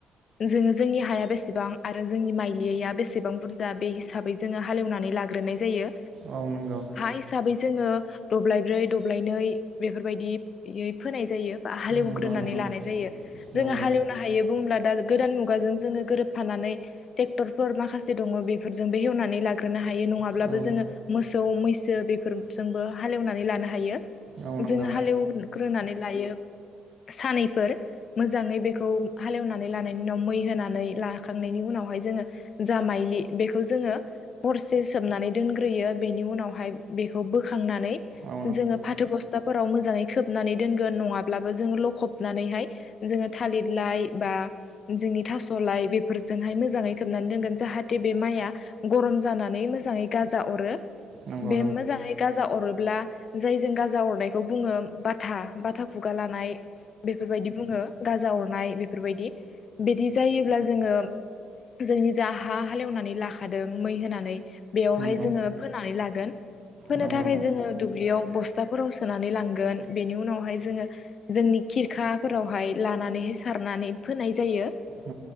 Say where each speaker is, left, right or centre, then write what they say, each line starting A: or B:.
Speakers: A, on the left; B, on the right.
A: जोङो जोंनि हाया बेसेबां आरो जोंनि माइलिया बेसेबां बुरजा बे हिसाबै जोङो हालेव नानै लाग्रोनाय जायो
B: औ नंगौ
A: हा हिसाबै जोङो दब्लायब्रै दब्लायनै बेफोरबायदि फोनाय जायो बा हालेवग्रोनानै
B: नंगौ नंगौ
A: लानाय जायो जोङो
B: नंगौ
A: हालेवनो हायो बुङोब्ला दा गोदान मुगाजों जोङो गोरोबफानानै ट्रेक्टरफोर माखासे दं खुङो बेफोरजोंबो एवनानै लाग्रोनो हायो नङाब्लाबो‌
B: औ
A: जोङो मोसौ मैसो बेफोरजोंबो हालेवनानै लानो हायो
B: औ नंगौ
A: जोङो हालेवग्रोनानै लायो सानैफोर मोजाङै बेखौ हालेवनानै लानायनि उनाव मै होनानै लाखांनायनि उनाव उनावहाय जोङो जा मायलि बेखौ जोङो हरसे सोबनानै दोनग्रोयो बेनि उनावहाय बेखौ बोखांनानै
B: औ
A: जोङो फाथो बस्थाफोराव मोजाङै खोबनानै दोनगोन नङाब्लाबो जोङो लखबनानैहाय जोङो थालिर लाइ बा जोंनि थास' लाइ बेफोरजोंहाय मोजाङै खोबनानै दोनगोन जाहाथे बे माया गरम जानानै मोजांयै गाजा अरो
B: नंगौ नंगौ
A: बे मोजांयै गाजा अरो ब्ला जायजों गाजा अरनायखौ बुङो बाथा बाथा खुगा लानाय बेफोरबायदि बुङो गाजा अरनाय बेफोरबायदि बिदि जायोब्ला जोङो जोंनि जा हा हालेवनानै लाखादों मै होनानै बेयावहाय
B: नंगौ नंगौ
A: जोङो फोननानै लागोन फोनो
B: नंगौ
A: थाखाय
B: नंगौ
A: जोङो दुब्लियाव बस्थाफोराव सोनानै लांगोन बेनि उनावहाय जोङो जोंनि खिरखाफोरावहाय लानानै सारनानै फोनाय जायो
B: नंगौ